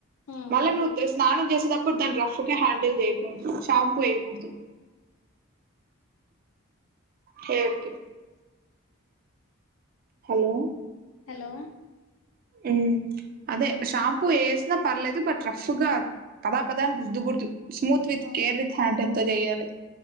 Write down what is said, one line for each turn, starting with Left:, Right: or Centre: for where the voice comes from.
Left: మ్మ్
Right: మళ్ళ నువ్వు స్నానం చేసేటప్పుడు దాన్ని రఫ్గా హ్యాండిల్ చేయకూడదు షాంపూ ఏయకూడదు హెయిర్ కి హలో
Left: హలో
Right: ఉమ్ అదే షాంపూ ఏసినా పర్లేదు బట్ రఫ్గా కదా పదా రుద్ద కూడదు smooth with
Left: okay
Right: care with handle తో చేయాలి